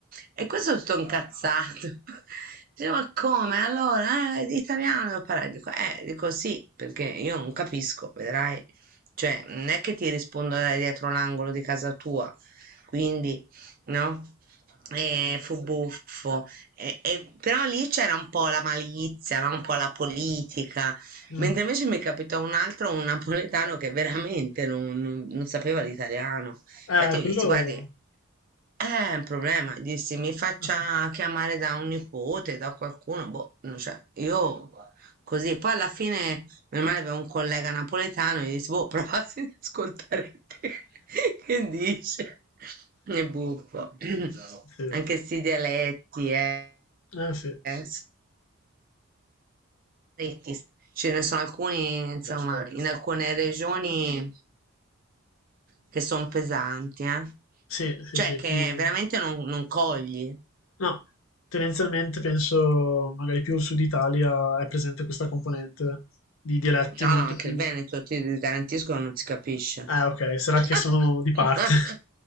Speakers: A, on the right; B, on the left.
A: E questo è tutto incazzato. <laughs> Dice, ma come? Allora, eh, italiano devo parlare. Dico, eh, dico sì, perché io non capisco, vedrai. Cioè, non è che ti rispondo da dietro l'angolo di casa tua, quindi, no? E fu buffo. E- e- però lì c'era un po' la malizia, no? Un po' la politica,
B: Mm.
A: Mentre invece mi capitò un altro, un napoletano che veramente non, non- non sapeva l'italiano.
B: Eh,
A: Infatti,
B: quello...
A: gli dissi: Guardi, eh, è un problema. Gli dissi: Mi faccia
B: Ah, sì,
A: chiamare da un nipote, da qualcuno. Boh, non c'è. Io così. Poi alla fine, meno male, avevo un collega napoletano. Gli dissi: Boh, provassi ad ascoltare te. <laughs> Che dice? È buffo. <clears throat>
B: sì.
A: Anche sti dialetti, eh.
B: Eh, sì.
A: eh, stretti, ce ne sono alcuni, insomma, in alcune regioni che sono pesanti, eh.
B: Sì, sì,
A: Cioè
B: sì,
A: che
B: più...
A: veramente non, non cogli. eh.
B: No, tendenzialmente penso magari più il sud Italia è presente questa componente di dialetti
A: No,
B: molto
A: no, anche
B: più...
A: il Veneto, ti garantisco, non si capisce.
B: Ah, ok, sarà
A: <laughs>
B: che sono di parte.